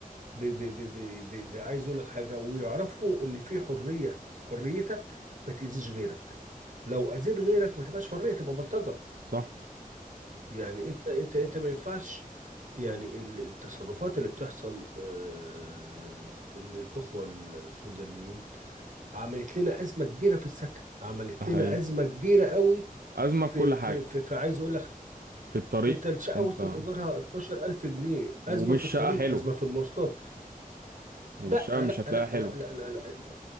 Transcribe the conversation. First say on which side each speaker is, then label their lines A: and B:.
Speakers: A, on the right; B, on the right.
A: ب ب ب ب ب ب عايز اقول لك حاجه ويعرفوا ان في حريه حريتك ما تاذيش غيرك لو اذيت غيرك ما تبقاش حريه تبقى بلطجه
B: صح
A: يعني انت انت انت ما ينفعش يعني ال- التصرفات اللي بتحصل آه، ان الاخوه السودانيين عملت لنا ازمه كبيره في السكن عملت
B: ده حقيقي
A: لنا ازمه كبيره قوي
B: أزمة في
A: في
B: كل حاجة
A: في في, في عايز اقول لك
B: في الطريق
A: انت الشقه
B: انت
A: وصلت ايجارها 12000 جنيه
B: ومش
A: ازمه في الطريق
B: شقة حلوة
A: ازمه في المواصلات
B: والشقة
A: لا لا
B: مش
A: لا
B: هتلاقيها حلوة
A: لا لا لا, لا.